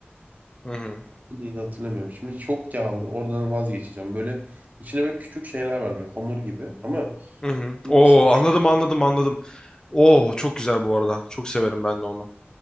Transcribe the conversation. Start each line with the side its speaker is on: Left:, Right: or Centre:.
Left: Hı hı.
Right: Neydi hatırlamıyorum. Şimdi çok yağlı. Oradan vazgeçeceğim. Böyle içine böyle küçük şeyler var böyle hamur gibi. Ama
Left: Hı hı.
Right: nasıl
Left: Oo,
Right: bir
Left: anladım anladım anladım. Oo çok güzel bu arada. Çok severim ben de onu.